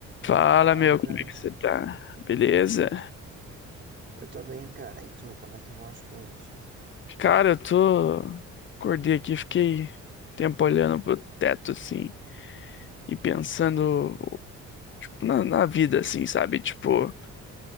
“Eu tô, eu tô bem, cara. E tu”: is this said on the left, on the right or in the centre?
Right